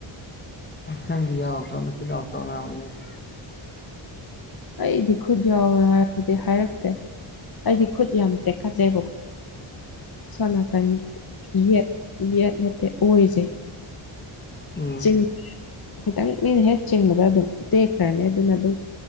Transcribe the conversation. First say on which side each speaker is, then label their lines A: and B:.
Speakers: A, on the left; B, on the left.
A: ꯅꯪꯗꯤ ꯌꯥꯎꯇ꯭ꯔꯣ ꯃꯈꯨꯠ ꯌꯥꯎꯇ꯭ꯔꯣ ꯑꯉꯥꯡ ꯑꯣꯏꯔꯤꯉꯩ
B: ꯑꯩꯗꯤ ꯈꯨꯠ ꯌꯥꯎꯋꯦ ꯍꯥꯏꯔꯕꯗꯤ ꯍꯥꯏꯔꯛꯇꯦ ꯑꯩꯗꯤ ꯈꯨꯠ ꯌꯥꯝ ꯇꯦꯛꯈꯠꯂꯦꯕꯀꯣ ꯁꯣꯅꯥꯀꯟꯒꯤ ꯌꯦꯠ ꯌꯦꯠ ꯅꯠꯇꯦ ꯑꯣꯏꯖꯦ
A: ꯎꯝ
B: ꯆꯤꯡ ꯈꯤꯇꯪ ꯃꯤꯅ ꯍꯦꯛ ꯆꯤꯡꯕꯗ ꯑꯗꯨꯝ ꯇꯦꯛꯈ꯭ꯔꯅꯤ ꯑꯗꯨꯅ ꯑꯗꯨꯝ